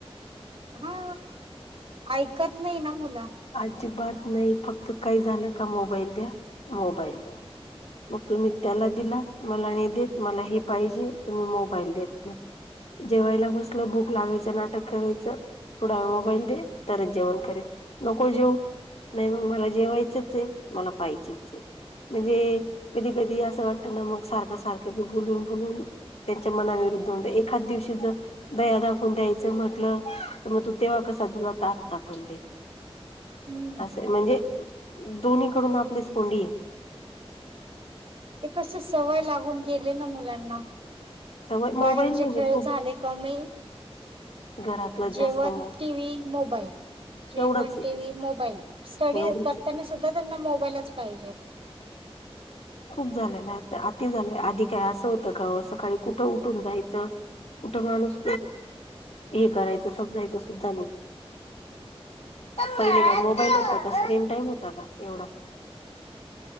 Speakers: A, on the right; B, on the left.
A: हा ऐकत. नाही ना मुल.
B: अजिबात नाही फक्त काही झालं का मोबाईल द्या मोबाईल द्या, मग तुम्ही त्याला दिला मला नाही देत मला हे पाहिजे, तुम्ही मोबाईल देत नाही जेवायला बसलं भूक लागायचं नाटक करायचं, थोडा वेळ मोबाईल दे तरच जेवण करे. नको जेवू नाही मग मला जेवायचंच हे मला पाहिजेच हे, म्हणजे कधी कधी असं वाटत ना मग सारखं सारखं बी बोलून बोलून त्यांच्या मनाविरुद्ध एखाद दिवशी जर दया दाखवून द्यायचं म्हटलं, त मग तू तेव्हा कसा दिला होता आता पण दे.
A: हम्म
B: असं म्हणजे. दोन्ही कडून आपलीच कोंडी हे.
A: ते कस सवय लागून गेली ना मुलांना.
B: सवय मोबाईल
A: बाहेरचे
B: म्हणजे
A: खेळ
B: खूप
A: झाले कमी,
B: घरातलं
A: जेवण
B: जास्त मग
A: टीव्ही मोबाईल, जेवण
B: तेवढंच आहे
A: टीव्ही मोबाईल. स्टडी
B: एवढंच
A: करताना
B: आहे
A: सुद्धा. त्यांना मोबाईलच पाहिजे.
B: खूप झालेला आता आती झाले, आधी काय असं होतं का सकाळी कुठं उठून जायचं, कुठं माणूस हे करायचं समजायचं सुद्धा नाही, पहिले काय मोबाईल होता का स्क्रीन टाईम होता का एवढा.